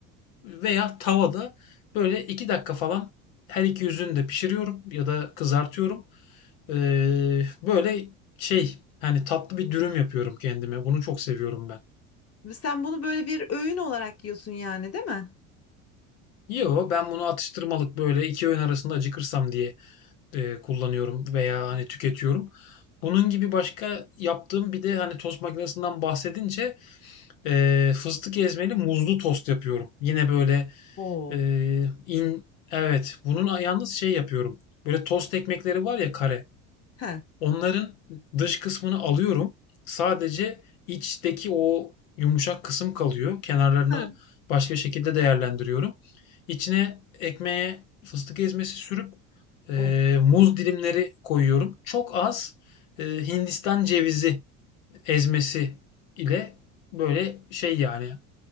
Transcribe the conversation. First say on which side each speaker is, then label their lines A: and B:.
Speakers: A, on the left; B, on the left.
A: veya tavada böyle 2 dakika falan her iki yüzünü de pişiriyorum ya da kızartıyorum. Ee, böyle şey hani tatlı bir dürüm yapıyorum kendime. Bunu çok seviyorum ben.
B: Ve Sen bunu böyle bir öğün olarak yiyorsun yani, değil mi?
A: Yo ben bunu atıştırmalık böyle iki öğün arasında acıkırsam diye eee, kullanıyorum veya hani tüketiyorum. Bunun gibi başka yaptığım bir de hani tost makinesinden bahsedince eee, fıstık ezmeli muzlu tost yapıyorum. Yine böyle
B: Oo.
A: eee, in evet bunun yalnız şey yapıyorum. Böyle tost ekmekleri var ya kare.
B: He.
A: Onların dış kısmını alıyorum. Sadece içteki o yumuşak kısım kalıyor. Kenarlarını
B: He.
A: başka şekilde değerlendiriyorum. İçine ekmeğe fıstık ezmesi sürüp e,
B: Of.
A: muz dilimleri koyuyorum. Çok az e, Hindistan cevizi ezmesi ile böyle şey yani